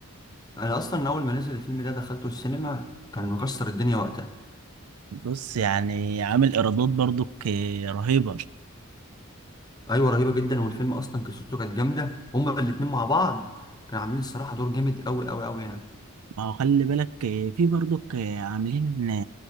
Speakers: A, on the left; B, on the right.
A: انا اصلا اول ما نزل الفيلم ده دخلته السينما كان مكسر الدنيا وقتها
B: بص يعني عامل ايرادات برضه رهيبه
A: ايوه رهيبه جدا والفيلم اصلا قصته كانت جامده هما الاتنين مع بعض كانوا عاملين الصراحه دور جامد قوي قوي قوي يعني
B: ما هو خلي بالك في برضه عاملين